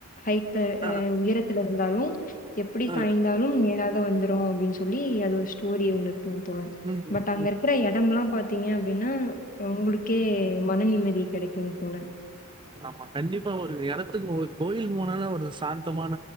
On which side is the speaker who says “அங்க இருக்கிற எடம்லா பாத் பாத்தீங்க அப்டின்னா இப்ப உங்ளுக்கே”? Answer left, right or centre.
Left